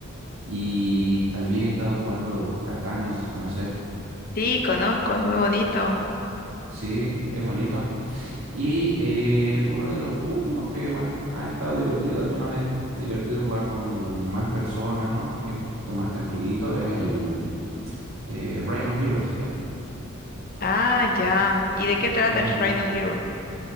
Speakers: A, on the right; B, on the left.
A: Y también he estado jugando Catán, no sé si conoces.
B: Sí, conozco, es muy bonito.
A: Sí, es bonito. Y eh, uno de los últimos que, bueno, ha estado divertido, al menos es divertido jugar con más personas, ¿no? Que es un poquito más tranquilito, es el eh, Rhino Hero se llama.
B: Ah, ya. ¿Y de qué trata
A: Ujú.
B: el Reino Hero?